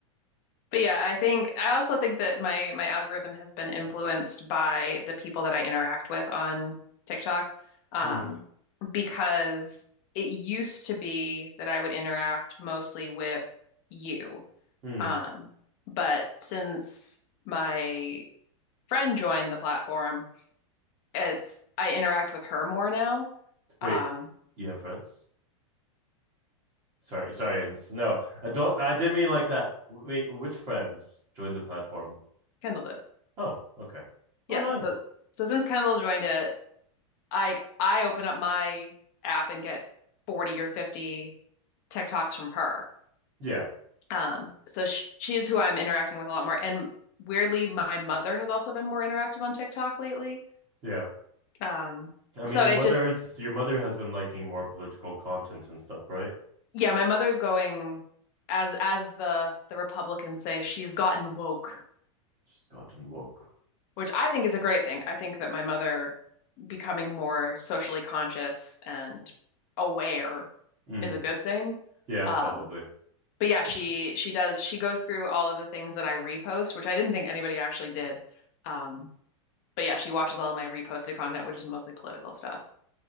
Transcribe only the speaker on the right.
Mm,
mm.
Wait,
you have friends? Sorry, sorry. No, I don't. I didn't mean like that. Wait, which friends joined the platform?
Oh, okay.
Oh, nice.
Yeah,
yeah.
I mean,
your
mother's
your mother has been liking more political content and stuff, right?
She's gotten woke.
Mm,
yeah,
probably.